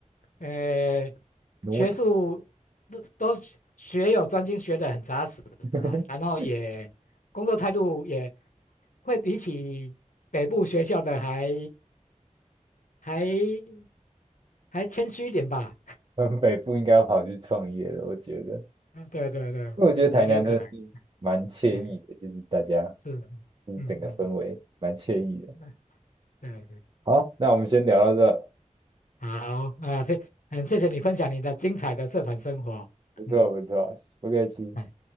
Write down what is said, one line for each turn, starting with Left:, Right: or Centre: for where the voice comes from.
Left: 呃
Right: 奴性，
Left: 学术都都学有专精，学得很扎实啦，
Right: <laughs>
Left: 然后也工作态度也会比起北部学校的还还还谦虚一点吧。
Right: 我们北部应该要跑去创业的，我觉得，
Left: 嗯，对对对，
Right: 因为我觉得台南真的是蛮惬意的，
Left: 也也有可能，哎，
Right: 就是大家
Left: 是，
Right: 就是整个氛围蛮惬意的。
Left: 嗯嗯，那对对，
Right: 好，那我们先聊到这，
Left: 好啊，谢，很谢谢你分享你的精彩的社团生活，
Right: 不错不错，
Left: 嗯，
Right: 不客气。
Left: 哎。